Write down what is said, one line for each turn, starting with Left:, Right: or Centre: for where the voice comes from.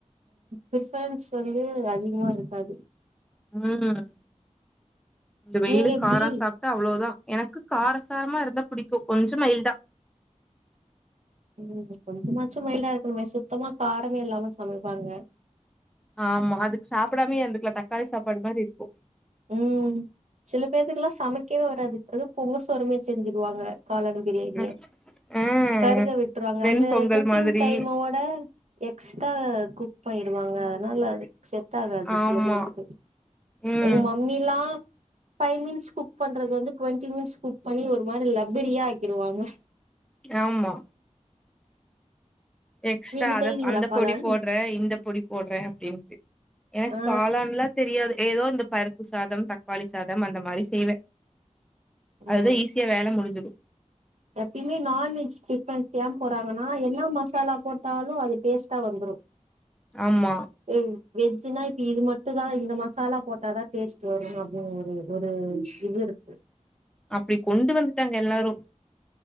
Right: பிஃபரன்ஸ் வந்து அதிகமாருக்காது
Centre: ம் இந்த வெயிலுக்
Right: நீங்க எப்டி
Centre: காரோ சாப்ட்டா அவளோதா எனக்கு காரசாரமாருந்தா பிடிக்கு கொஞ்சோ மயில்டா
Right: ம் கொஞ்சமாச்சு மயில்டா இருக்கணுமே சுத்தமா காரமே இல்லாம சமைப்பாங்க
Centre: ஆமா அதுக்கு சாப்டாமே இருந்துக்லா தக்காளி சாப்பாடு மாரி இருக்கு
Right: ம் சில பேத்துக்குலா சமைக்கவே வராது அதுவு பொங்க சோறு மாரி செஞ்சுருவாங்க காளானு பிரியாணியே
Centre: ம் ம்
Right: கருக விட்டுருவாங்க
Centre: வெண்பொங்கல்
Right: அந்த குக்கிங்
Centre: மாதிரி
Right: டைமோட எக்ஸ்ட்டா குக் பண்ணிடுவாங்க அதனால அதுக்கு செட் ஆகாது
Centre: ஆமா
Right: சில பேத்துக்கு
Centre: ம்
Right: எங்க மம்மிலா ஃபைவ் மினிட்ஸ் குக் பண்றது வந்து டுவெண்டி மினிட்ஸ் குக் பண்ணி ஒருமாரி லப்பரியா ஆக்கிடுவாங்க
Centre: ஆமா எக்ஸ்ட்ரா
Right: நீங்க
Centre: அத
Right: செய்வீங்களா
Centre: அந்த
Right: காளான்
Centre: பொடி போட்றே இந்த பொடி போட்றே அப்டின்ட்டு எனக்
Right: ஆ
Centre: காளான்ல தெரியாது ஏதோ இந்த பருப்பு சாதம் தக்காளி சாதம் அந்த மாரி செய்வே
Right: ம்
Centre: அதுதா ஈஸி கே வேல முடிஞ்சிடு
Right: எப்பயுமே நான்வெஜ் ஃபிரிப்பெண்ஸ்லா போட்றாங்கனா என்னா மசாலா போட்டாலு அது டேஸ்ட்டா வந்துரு
Centre: ஆமா
Right: ஓ வெஜ்ஜின்னா இப்ப இது மட்டு தா இந்த மசாலா போட்டாதா டேஸ்ட் வரு அப்டின் ஒரு ஒரு இது இருக்கு
Centre: அப்டி கொண்டு வந்துட்டாங்க எல்லாரும்